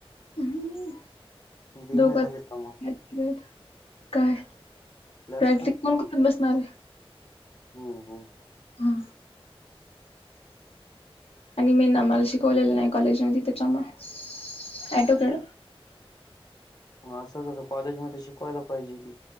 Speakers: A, on the left; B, on the left.
A: हम्म
B: देईन
A: दोघात
B: झालेत का मग
A: घेतलेत काय?
B: लॅपटॉप
A: प्रॅक्टिस पण करत बसणारे.
B: हम्म हम्म.
A: हां. आणि मी नमाला शिकवलेलं नाही कॉलेजमध्ये त्याच्यामुळं ॲटो कळ.
B: म असं कसं कॉलेजमध्ये शिकवायला पाहिजे की.